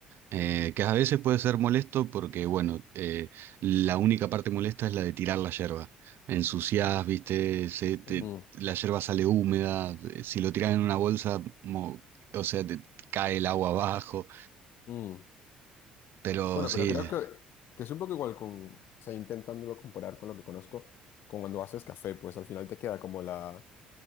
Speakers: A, on the right; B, on the left.
A: Eh, que a veces puede ser molesto porque, bueno, eh, la única parte molesta es la de tirar la yerba. Ensuciás, viste, se te-
B: Ujú,
A: la yerba sale húmeda, eh, si lo tirás en una bolsa, mo- o sea, te cae el agua abajo,
B: ujú.
A: pero
B: Bueno,
A: sí,
B: pero creo que, que es un poco igual con, o sea, intentándolo comparar con lo que conozco, con cuando haces café, pues al final te queda como la,